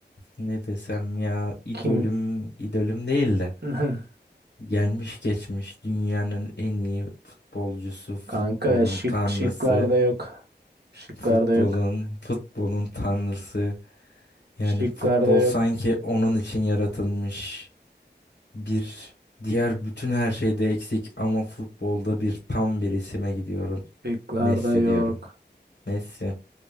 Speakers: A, on the left (about 80°); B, on the right (about 65°).
A: Ne desem ya idolüm
B: kim?
A: idolüm değil de
B: <laughs>
A: gelmiş geçmiş dünyanın en iyi futbolcusu, futbolun
B: Kanka şık
A: tanrısı,
B: şıklarda yok. Şıklarda
A: futbolun
B: yok.
A: futbolun tanrısı. Yani
B: Şıklarda
A: futbol
B: yok.
A: sanki onun için yaratılmış bir diğer bütün her şeyde eksik ama futbolda bir tam bir isime gidiyorum.
B: Şıklarda
A: Messi
B: yok.
A: diyorum. Messi